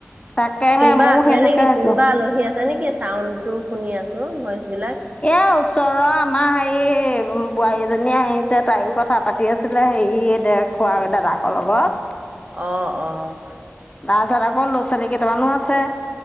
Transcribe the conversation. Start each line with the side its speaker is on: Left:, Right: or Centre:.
Left: তাকেহে
Right: কোনোবা
Left: ময়ো
Right: আছে
Left: সেইটোকে
Right: নেকি
Left: ভাবিছো।
Right: কোনোবা আলহী আছে নেকি চাউণ্ডটো শুনি আছো ভইচ বিলাক?
Left: এ ওচৰৰ আমাৰ হেৰি বোৱাৰী এজনী আহিছে তাইো কথা পা পাতি আছিলে হেৰি দে খোৱা
Right: অ
Left: দাদাকৰ লগত।
Right: অ', অ'।
Left: তাৰছত, আকৌ ল'ৰা ছোৱালী কেইটামানো আছে